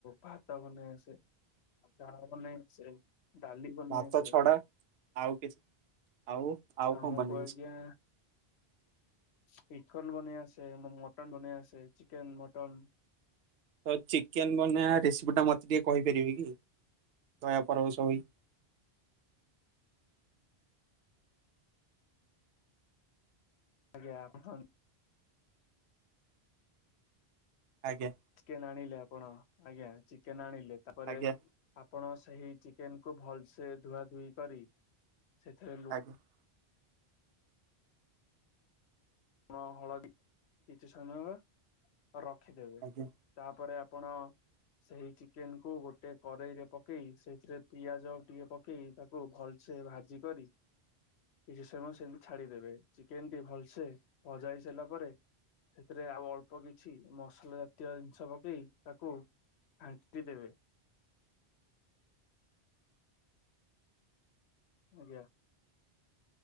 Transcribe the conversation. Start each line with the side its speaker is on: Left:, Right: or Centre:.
Left: ଭାତ ବନେଇ ଆସେ, ଚା ବନେଇ ଆସେ। ଡାଲି ବନେଇ
Right: ଭାତ
Left: ଆସେ।
Right: ଛଡା ଆଉ କିଛି ଆଉ ଆଉ
Left: ଆମକୁ
Right: କଣ ବନେଇ
Left: ଆଜ୍ଞା
Right: ଆସେ?
Left: ଚିକନ ବନେଇ ଆସେ, ମଟନ ବନେଇ ଆସେ, ଚିକେନ ମଟନ
Right: ତ ଚିକେନ ବନେଇବା ରେସିପି ଟା ମୋତେ ଟିକେ କହିପାରିବେ କି ଦୟାପର୍ବ ସବୁ
Left: ଆଜ୍ଞା ଆପଣ।
Right: ଆଜ୍ଞା
Left: ଚିକେନ ଆଣିଲେ ଆପଣ ଆଜ୍ଞା ଚିକେନ ଆଣିଲେ ତାପରେ
Right: ଆଜ୍ଞା
Left: ଆପଣ ସେଇ ଚିକେନକୁୁ ଭଲସେ ଧୁଆ ଧୁଇ କରି ସେଥିରେ ଲୁ
Right: <inaudible>
Left: ଲୁଣ ହଳଦୀ କିଛି ସମୟ ରଖିଦେବେ।
Right: ଆଜ୍ଞା
Left: ତାପରେ ଆପଣ ସେଇ ଚିକେନ କୁ ଗୋଟେ କରେେଇ ରେ ପକେଇ, ସେଇଥିରେ ପିଆଜ ଟିକେ ପକେଇ ତା ଓ ଭଲସେ ଭାଜି କରି
Right: <inaudible>
Left: କିଛି ସମୟ ସେମତି ଛାଡିଦେବେ ଚିକେନ ଟି ଭଲସେ ଭଜା ହେଇ ସାରିଲା ପରେ ସେଥିରେ ଆଉ ଅଳ୍ପ କିଛି ମସଲା ଜାତୀୟ ଜିନିଷ ପକେଇ ତାକୁ ଘାଣ୍ଟି ଦେେବେ। ଆଜ୍ଞା।